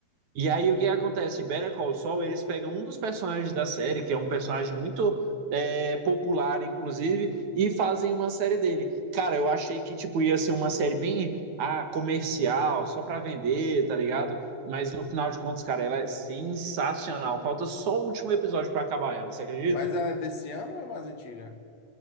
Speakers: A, on the right; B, on the left.
A: E aí o que acontece? Better Call Saul, eles pegam um dos personagens da série, que é um personagem muito é, popular, inclusive, e fazem uma série dele. Cara, eu achei que tipo ia ser uma série bem ah, comercial, só pra vender, tá ligado? Mas no final de contas, cara, ela é sensacional. Falta só o último episódio pra acabar ela, você acredita?
B: Mas ela é desse ano ou é mais antiga?